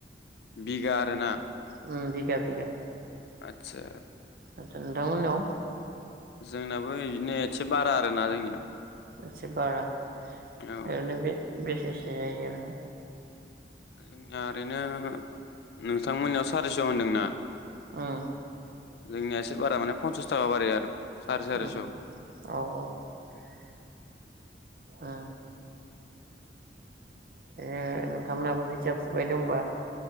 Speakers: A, on the left; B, on the right.
A: बिगा आरो ना?
B: उम बिगा बिगा।
A: आसा।
B: आचसा नोंथांमोनाव?
A: जोंनाबो बिदिनो। एसे बारा आरोना जोंनिया।
B: एसे बारा।
A: औ
B: ओरैनो बे बेसेसिम बि जायो आरो ना
A: जोंनिया ओरैनो नों थांमोननियाव सारिस' होनदोंना
B: उम
A: जोंनिया एसे बारा माने फन्सास <unintelligible> आरो
B: उ
A: साराय सारिस'
B: औ औ ओ ए नोंथांमोनहाबो खोथिया फुबाय दंबा?